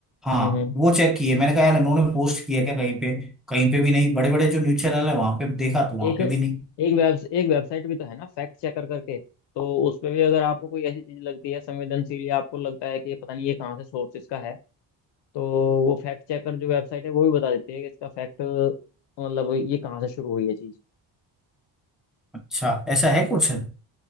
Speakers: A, in the centre; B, on the left.
A: हाँ
B: हम्म हम्म
A: वो चेक किए मैंने कहा यार इन्होंने पोस्ट किया क्या कहीं पे कहीं पे भी नहीं बड़े बड़े जो न्यूज चैनल है वहां पे देखा तो वहां
B: एक
A: पे भी नहीं
B: एक वेब एक वेबसाइट भी तो है ना फैक्ट चेकर करके तो उस पे भी अगर आपको कोई ऐसी चीज लगती है संवेदनशील या आपको लगता है कि ये पता नहीं ये कहाँ से सोर्स इसका है तो वो फैक्ट चेकर जो वेबसाइट है वो भी बता देती है कि इसका फैक्ट मतलब ये कहाँ से शुरू हुई है चीज
A: अच्छा ऐसा है कुछ
B: हम्म।
A: अरे